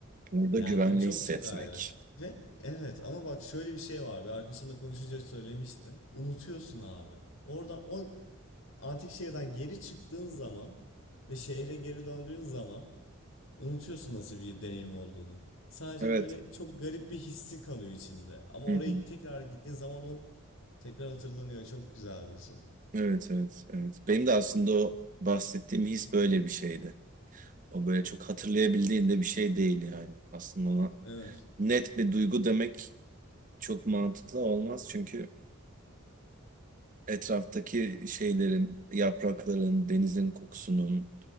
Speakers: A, on the right; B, on the left.
A: Orada
B: Yani
A: güvenli
B: o çok
A: hissetmek.
B: çok ayrı. Ve evet ama bak şöyle bir şey var. Bir arkadaşımla konuşunca söylemiştim. Unutuyorsun abi. Oradan o antik şehirden geri çıktığın zaman ve şehre geri döndüğün zaman Unutuyorsun nasıl bir deneyim olduğunu. Sadece
A: Evet.
B: böyle çok garip bir hissi kalıyor içinde. Ama
A: Hı
B: oraya
A: hı.
B: tekrar gittiğin zaman o tekrar hatırlanıyor. Çok güzel bir son.
A: Evet evet evet. Benim de aslında o bahsettiğim his
B: <laughs>
A: böyle bir şeydi. O böyle çok hatırlayabildiğinde bir şey değil yani. Aslında ona
B: Evet.
A: net bir duygu demek çok mantıklı olmaz. Çünkü etraftaki şeylerin, yaprakların, denizin kokusunun